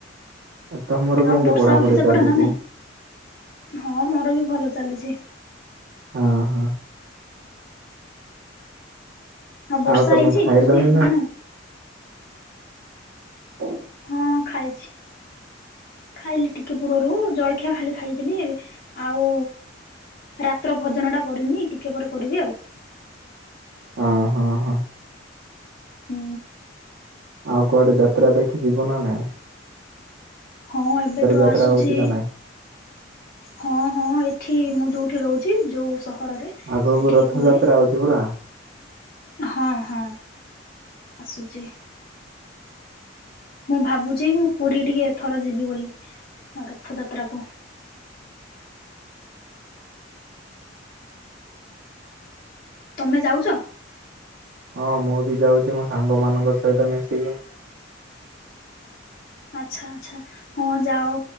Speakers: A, on the right; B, on the left.
A: ଆଉ ତମର
B: ଆଉ
A: କେମିତି
B: ବର୍ଷା
A: ପଢ଼ାପଢି଼
B: ହଉଛି ସେପଟେ
A: ଚାଲିଚି।
B: ନା ନାଇଁ? ହଁ ମୋର ବି ଭଲ ଚାଲିଛି।
A: ହଁ ହଁ।
B: ହଁ ବର୍ଷା
A: ଆଉ ତମେ
B: ହେଇଛି
A: ଖାଇଲଣି
B: ଆଜି ନା ନାଇଁ।
A: <inaudible>
B: ହଁ ଖାଇଛି। ଖାଇଲି ଟିକେ ପୂୁରରୁ ଜଳଖିଆ ଖାଲି ଖାଇଥିଲି ଏବେ ଆଉ। ରାତ୍ର ଭଜନ ଟା କରିନି ଟିକେ ପରେ କରିବି ଆଉ।
A: ହଁ ହଁ ହଁ।
B: ହୁଁ।
A: ଆଉ କୁଆଡେ ଯାତ୍ରା ଦେଖି ଯିବ ନା ନାଇ।
B: ହଁ ଏବେ ତ
A: ଯାତ୍ରା
B: ଆସୁଚି।
A: ହଉଛି ନା ନାଇଁ?
B: ହଁ ହଁ ଏଠି ମୁଁ ଯୋଉଠି ରହୁଚି ଯୋଉ ସହରରେ।
A: ଆଗକୁ
B: ସେଠି
A: ରଥଯାତ୍ରା
B: ହୁଏ
A: ଅଉଚି ପରା।
B: ହଁ ହଁ ଆସୁଚି। ମୁଁ ଭାବୁଚି ମୁଁ ପୁରୀ ଟିକେ ଏଥର ଯିବି ବୋଲି ରଥ ଯାତ୍ରାକୁ। ତମେ ଯାଉଚ?
A: ହଁ ମୁଁ ବି ଯାଉଚି ମୋ ସାଙ୍ଗ ମାନଙ୍କ ସହିତ ମିଶିକି।
B: ଆଚ୍ଛା ଆଚ୍ଛା ହଁ ଯାଅ